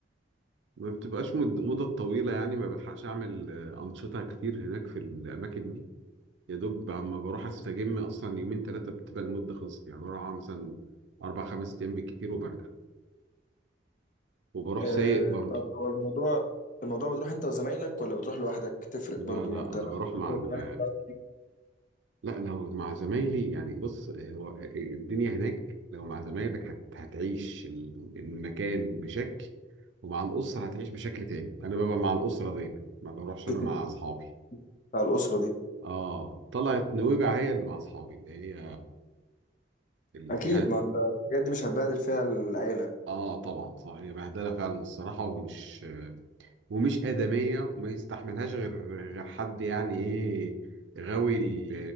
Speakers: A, on the right (about 80°); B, on the left (about 45°).
A: ما بتبقاش مد... مدة طويلة يعني ما بلحقش اعمل آه، انشطة كتير هناك في الاماكن دي يا دوب اما بروح استجم اصلا يومين ثلاثة بتبقى المدة خلصت يعني بروح أقعد مثلا اربع خمس ايام بالكتير وبرجع وبروح
B: آه
A: سايق برضه
B: طب هو الموضوع الموضوع بتروح انت وزمايلك ولا بتروح لوحدك تفرق
A: لا
B: برضو
A: لا
B: ما انت
A: انا
B: لو بتروح
A: بروح مع ال
B: وزمايلك بتعرف
A: لا لو مع زمايلي يعني بص هو الدنيا هناك لو مع زمايلك هت... هتعيش ال- المكان بشكل ومع الأسرة هتعيش بشكل تاني أنا ببقى مع الأسرة دايما ما بروحش
B: تتنقل
A: أنا مع أصحابي
B: على الاسره دي
A: آه طلعت نويبع هي اللي مع أصحابي اللي هي اللي
B: اكيد
A: فيها
B: ما انت بجد مش هتبهدل فيها العيله
A: آه طبعا صح هي بهدلة فعلا الصراحة ومش ومش آدمية وما يستحملهاش غير غير حد يعني إيه غاوي ال-